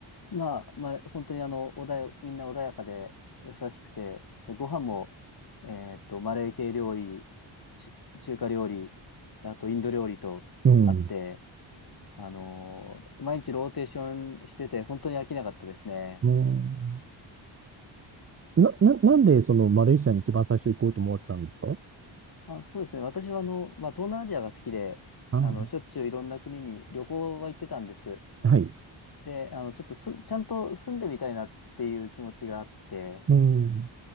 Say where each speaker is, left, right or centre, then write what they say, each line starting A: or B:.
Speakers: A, on the left; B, on the right.
A: まあ、まあ、本当にあの、穏や、みんな穏やかで優しくて、でご飯も、えーっと、マレー系料理、ち中華料理、であとインド料理とあって、
B: うん。
A: あのー毎日ローテーションしてて、本当に飽きなかったですね。
B: うん。な、な、なんでそのマレーシアに一番最初行こうと思われたんですか
A: あ、そうですね。私はあの、まあ、東南アジアが好きで、
B: あ
A: あの、しょっちゅういろんな国に旅行は行ってたんです。
B: あ、はい。
A: で、あの、ちょっとす、ちゃんと住んでみたいなっていう気持ちがあって、
B: うん。